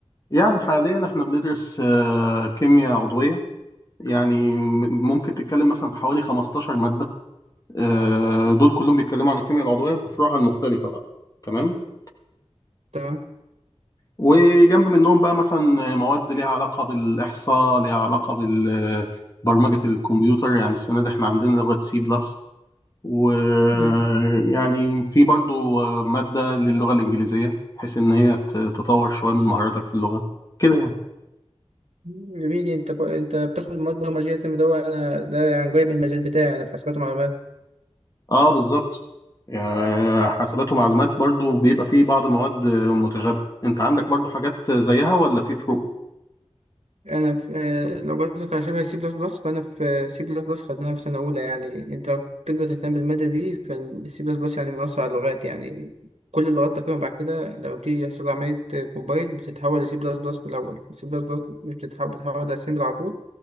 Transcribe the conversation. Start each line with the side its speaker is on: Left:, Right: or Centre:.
Left: يعني حاليا إحنا بندرس آه، كيمياء عضوية يعني م- ممكن تتكلم مثلا في حوالي 15 مادة آه، دول كلهم بيتكلموا عن الكيمياء العضوية بفروعها المختلفة بقى تمام
Right: تمام
Left: وجنب منهم بقى مثلا مواد ليها علاقة بالإحصاء ليها علاقة ببرمجة الكمبيوتر يعني السنة دي احنا عندنا لغة سي بلس ويعني
Right: مم.
Left: في برضو مادة للغة الإنجليزية بحيث إن هي ت- تطور شوية من مهاراتك في اللغة كده يعني
Right: جميل أنت كو... أنت بتاخد مواد برمجية ده أنا ده يعني جاي من المجال بتاعي أنا في حاسبات ومعلومات
Left: اه بالظبط يعني حاسبات ومعلومات برضو بيبقى فيه بعض مواد متشابهة انت عندك برضو حاجات زيها ولا في فروق؟
Right: انا في آه، لو قصدك على شبه سي بلس بلس فانا في سي بلس بلس خدناها في سنه اولى يعني انت لو تقدر تهتم بالماده دي فالسي بلس بلس يعني من اسرع اللغات يعني كل اللغات تقريبا بعد كده لما بتيجي يحصل عمليه كومبايل بتتحول لسي بلس بلس بالاول سي بلس بلس مش بتتحول بتتحول لاسمبل على طول